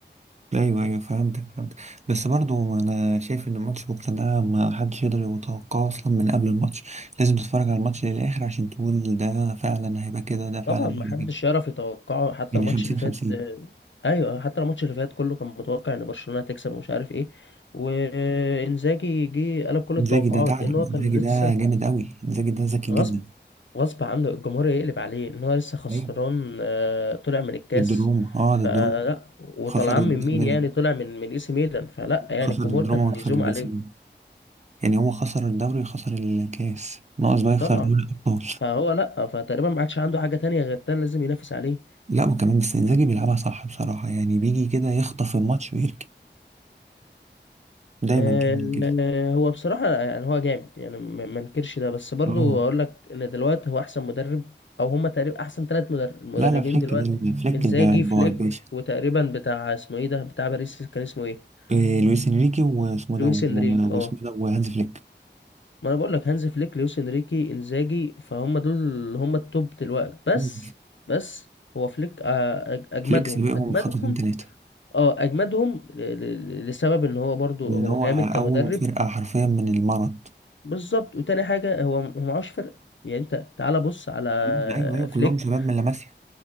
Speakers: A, on the right; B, on the left.
A: أيوه أيوه فهمتك فهمتك بس برضو أنا شايف إن الماتش بكرة ده ما حدش يقدر يتوقعه أصلا من قبل الماتش لازم تتفرج على الماتش للآخر عشان تقول ده فعلا هيبقى كده ده فعلا
B: طبعا ما
A: هيبقى
B: حدش
A: كده
B: يعرف يتوقعه حتى
A: يعني
B: الماتش
A: 50
B: اللي فات
A: 50
B: آه، ايوه حتى الماتش اللي فات كله كان متوقع ان برشلونه هتكسب ومش عارف ايه وانزاجي جه قلب كل
A: انزاجي
B: التوقعات
A: ده ثعلب
B: لان هو
A: انزاجي
B: كان لسه
A: ده جامد قوي انزاجي ده ذكي
B: غصب
A: جدا
B: غصب عنه الجمهور يقلب عليه ان هو لسه خسران
A: ايوه
B: آه، طلع من الكاس
A: ضد روما اه
B: فلا
A: ضد روما
B: وطلعان
A: خسر ضد
B: من مين
A: ميلان
B: يعني طلع من من اي سي ميلان فلا يعني
A: خسر
B: الجمهور
A: ضد
B: كان
A: روما وخسر
B: يزوم
A: ضد
B: عليه
A: سي ميلان يعني هو خسر الدوري وخسر الكاس ناقص بقى يخسر
B: طبعا
A: دوري الابطال
B: فهو لا فتقريبا ما عادش عنده حاجة تانية غير ده لازم ينافس عليه
A: لا وكمان بس انزاجي بيلعبها صح بصراحه يعني بيجي كده يخطف الماتش ويركن دايما
B: آه،
A: كمان كده
B: آه، هو بصراحة يعني هو جامد يعني ما ما انكرش ده بس برضو
A: اه
B: اقول لك ان دلوقتي هو احسن مدرب او هما تقريبا احسن ثلاث مدربين
A: لا لا فليك
B: دلوقتي
A: ده ال- فليك
B: انزاجي
A: الب- الب-
B: فليك
A: الباشا
B: وتقريبا بتاع اسمه ايه ده بتاع باريس كان اسمه ايه
A: إيه لويس انريكي واسمه
B: لويس
A: ده و-
B: انريكي اه
A: واسمه ده وهانز فليك
B: ما انا بقول لك هانز فليك لويس انريكي انزاجي فهم دول اللي هم التوب دلوقتي بس
A: مم.
B: بس هو فليك آه، أج- اجمدهم
A: فليك سابقهم
B: اجمدهم
A: بخطوتين ثلاثه
B: اه اجمدهم ل- ل- لسبب ان هو برضو
A: اللي
B: هو
A: هو
B: جامد
A: أول
B: كمدرب
A: فرقة حرفيا من المرض
B: بالظبط وتاني حاجه هو م- هو معهوش فرقه يعني انت تعالى بص على
A: مم. أيوه أيوه كلهم
B: فليك
A: شباب من لاماسيا